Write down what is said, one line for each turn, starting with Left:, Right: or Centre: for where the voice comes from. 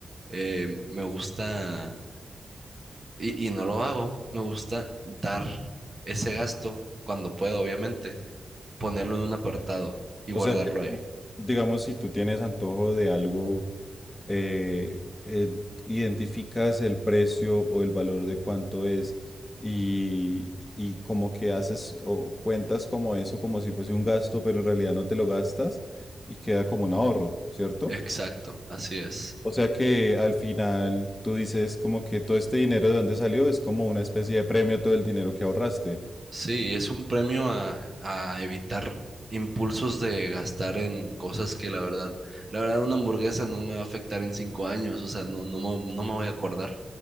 Right: eh, me gusta, y, y no lo hago, me gusta dar ese gasto cuando puedo, obviamente, ponerlo en un apartado y
Left: O
Right: guardarlo
Left: sea que
Right: ahí.
Left: Bueno, tú, digamos, si tú tienes antojo de algo, eh, eh, identificas el precio o el valor de cuánto es y, y como que haces o cuentas como eso, como si fuese un gasto, pero en realidad no te lo gastas y queda como un ahorro, ¿cierto?
Right: Exacto, así es.
Left: O sea que al final tú dices como que todo este dinero de dónde salió es como una especie de premio todo el dinero que ahorraste.
Right: Sí, es un premio a, a evitar impulsos de gastar en cosas que la verdad, la verdad una hamburguesa no me va a afectar en cinco años, o sea, no, no, me- no me voy a acordar